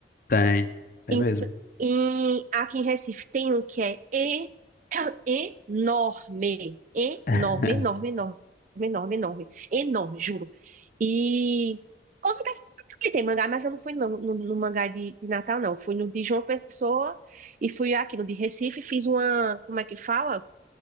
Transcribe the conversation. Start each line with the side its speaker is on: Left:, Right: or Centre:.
Left: Tem, tem
Right: Em,
Left: mesmo.
Right: em- aqui em Recife tem um que é e- <coughs> <clears throat> enorme, enorme,
Left: <laughs>
Right: enorme, enorme, enorme, enorme, enorme, juro. E com certeza também tem mangá, mas eu não fui não, no, no mangá de, de Natal, não. Fui no de João Pessoa e fui aqui no de Recife, fiz uma, como é que fala?